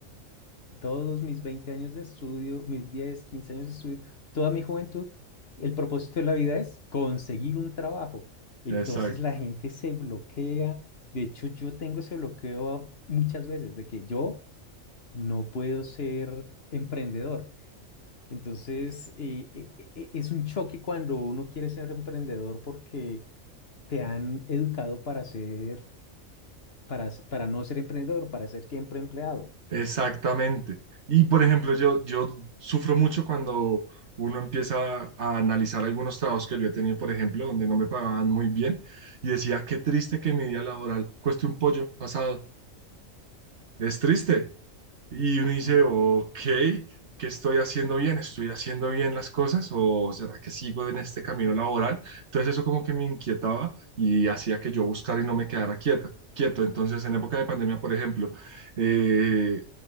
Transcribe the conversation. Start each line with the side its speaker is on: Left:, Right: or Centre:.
Left: todos mis 20 años de estudio, mis 10 15 años de estudio, toda mi juventud, el propósito de la vida es conseguir un trabajo. Entonces
Right: Exacto.
Left: la gente se bloquea. De hecho, yo tengo ese bloqueo muchas veces de que yo no puedo ser emprendedor. Entonces, eh, e- e- e- es un choque cuando uno quiere ser emprendedor porque te han educado para ser, para, s- para no ser emprendedor, para ser siempre empleado.
Right: Exactamente. Y por ejemplo, yo, yo sufro mucho cuando uno empieza a analizar algunos trabajos que yo he tenido, por ejemplo, donde no me pagaban muy bien y decía, qué triste que mi día laboral cueste un pollo asado. Es triste, Y uno dice,
Left: Uf.
Right: ok, ¿qué estoy haciendo bien? ¿Estoy haciendo bien las cosas? ¿O será que sigo en este camino laboral? Entonces eso como que me inquietaba y hacía que yo buscara y no me quedara quieta, quieto. Entonces en época de pandemia, por ejemplo, eh,